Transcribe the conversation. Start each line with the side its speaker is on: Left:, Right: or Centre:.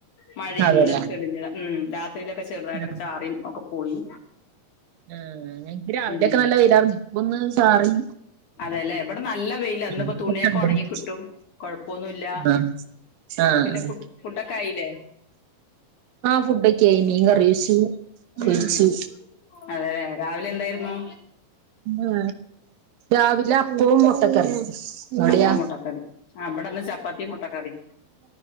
Left: മഴയൊന്നുമല്ല
Right: അതെല്ലേ
Left: തെളിഞ്ഞ ഉം രാത്രിയിലൊക്കെ ചെറുതായിട്ടൊക്ക
Right: ആഹ്
Left: ചാറിയും ഒക്ക പോയി
Right: ആഹ് ഞങ്ങക്ക് രാവിലെയൊക്കെ
Left: ഉം
Right: നല്ല വെയിലാർന്നു ഇപ്പൊ ഒന്ന് ചാറി
Left: അതേല്ലേ ബടെ നല്ല വെയില അന്ന് ഇപ്പ
Right: ഇപ്പൊ
Left: തുണിയൊക്കെ
Right: തെളിയുണ്ട്.
Left: ഉണങ്ങി കിട്ടും കൊഴപ്പൊന്നുമല്ല
Right: ആഹ് ആഹ്
Left: പിന്നെ ഫു ഫുഡൊക്കെ ആയില്ലേ
Right: ആ ഫുഡ് ക്കെ ആയി മീൻകറി കഴിച്ചു
Left: ഉം ഉം അതെല്ലേ രാവിലെ എന്തായിരുന്നു
Right: ആ രാവിലെ അപ്പവും മുട്ടക്കറിം എവിടെയാ
Left: അപ്പോം മുട്ടക്കറി ആ ഇവിടെന്ന് ചപ്പാത്തിയും മുട്ടക്കറി